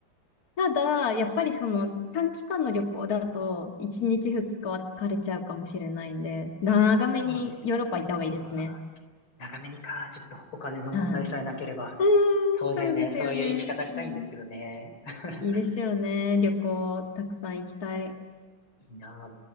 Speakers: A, on the left; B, on the left.
A: ただ、やっぱりその短期間の旅行だと、1日2日は疲れちゃうかもしれないんで、長めにヨーロッパ行った方がいいですね。
B: いや、そうですよね。ああ、長めにか、ちょっとお金の問題さえなければ。
A: はい。うーん、
B: 当然ね、
A: そうですよね。
B: そういう生き方したいんですけどね。
A: うん。
B: <laughs>
A: いいですよね。旅行、たくさん行きたい。
B: いいなあ